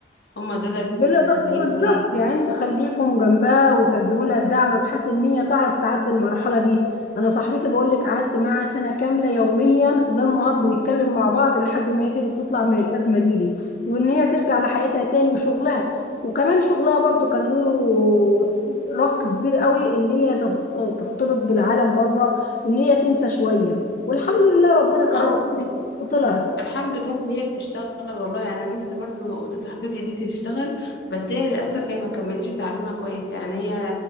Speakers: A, on the left (about 65°); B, on the left (about 45°).
A: هما دولت
B: بالإض-
A: اللي
B: بالظبط
A: هيبقوا ليك
B: يعني انتوا خليكم جنبها وتقدموا لها الدعم بحيث ان هي تعرف تعدي المرحله دي انا صاحبتي بقول لك قعدت معاها سنه كامله يوميا ليل نهار بنتكلم مع بعض لحد ما قدرت تطلع من الازمه دي دي وان هي ترجع لحياتها تاني وشغلها وكمان شغلها برضو كان له رق كبير قوي ان هي تف- تختلط بالعالم بره ان هي تنسى شويه والحمد لله ربنا كرمها
A: اه
B: وطلعت
A: الحمد لله ان هي بتشتغل والله يعني انا نفسي برضو اخت صاحبتي دي تشتغل بس هي للاسف هي ما كملتش تعليمها كويس يعني هي